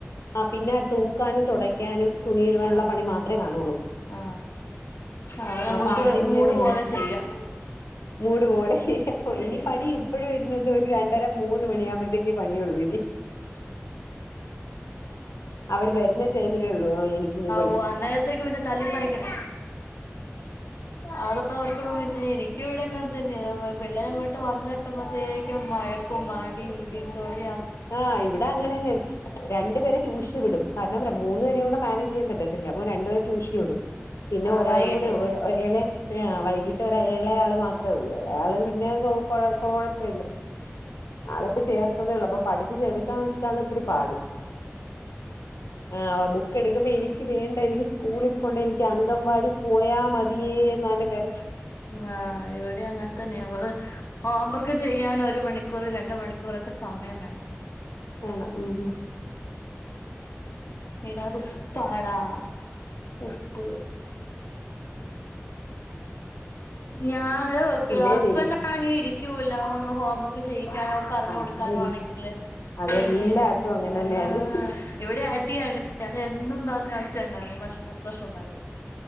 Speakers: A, on the left; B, on the left.
A: ആ പിന്നെ തൂക്കാനും തൊടക്കാനും തുണി കഴുവാനുള്ള
B: ആ ആ
A: പണി മാത്രം കാണുള്ളൂ
B: ആ, അത് നമുക്ക്
A: അപ്പൊ ആ ടൈമിലല്ലേ
B: മൂട്
A: എല്ലാം
B: പോലെ
A: ചെ -
B: ചെയ്യാം
A: മൂട് പോലെ-
B: ചെയ്യാം
A: ഇനി പണി ഇപ്പോഴും വരുന്നത് ഒരു രണ്ടര മൂന്ന് മണിയാുമ്പോഴത്തേക്കേ പണിയള്ളു ഇനി അവര് വരുന്ന ടൈമിലേയുള്ളൂ ആ എനിക്കിനി പണി
B: ഓ അന്നേരത്തേക്ക് പിന്നെ തല്ലിപ്പടിക്കലാ അത് അവർക്ക് <unintelligible> ഇവിടെങ്ങനെ തന്നെ പിള്ളേര് അങ്ങോട്ട് വന്ന കഴിയുമ്പോഴത്തേക്കും വഴക്കും അടീം ഇടീം തൊഴി-
A: ആഹ് ഇവിടെ അങ്ങനെന്നെയാണ് രണ്ടുപേരെ ട്യൂഷന് വിടും കാരണം മൂന്നു പേരെ കൂടെ- ത് ചെയ്യാൻ പറ്റത്തില്ല രണ്ടുപേരെ ട്യൂഷന് വിടും പിന്നെ
B: ആ
A: ഒരാളും
B: വൈകിട്ട്
A: കൂടെ ഉള്ളോ ഏളെ വൈകിട്ട് വരെ ഏളയാള് മാത്രേയുള്ളൂ ഏളയാള് പിന്നെ- കൊഴ കൊഴപ്പില്ല ആളെ ഇപ്പ ചേർത്തതേയുള്ളൂ - പഠിപ്പിച്ചെടുക്കാൻ വേണ്ടിയിട്ടാണ് ഒത്തിരി പാട് ആഹ് ബുക്ക് എടുക്കുമ്പോ എനിക്ക് വേണ്ട എനിക്ക് സ്കൂളിൽ പോണ്ട എനിക്ക്- അങ്കംവാടി പോയാ മതിയേ എന്നാ അവന്റ കരച്ചിൽ
B: ആഹ് ഇവിടേം അങ്ങനെ തന്നെ ഇവള്- ഹോം വർക്ക് ചെയ്യാൻ ഒരു മണിക്കൂർ രണ്ട് മണിക്കൂറൊക്കെ സമയം വേണം
A: വേണം ഉം ഉം
B: എടാ അത് ഉപ്പാടാ ഉപ്പ് ഞാന്
A: പിന്നെ
B: ഹസ്ബന്റ്
A: നീ
B: ആണെങ്കിൽ ഇരി - ഇരിക്കൂല ഒന്ന് ഹോം വർക്ക് ചെയ്യിക്കാനോ പറഞ്ഞു
A: ആ
B: കൊടുക്കാനോ
A: അതെ
B: ആണെങ്കില്
A: അതെല്ലായിടത്തും
B: പിന്നെ
A: അങ്ങനെ
B: ആ
A: തന്നെയാണ്
B: ഇവിടെ- അടിയാണ് ഞാൻ എന്നും പറഞ്ഞ് ഒച്ച ഉണ്ടാക്കും പ്രശ്നം ഉണ്ടാക്കും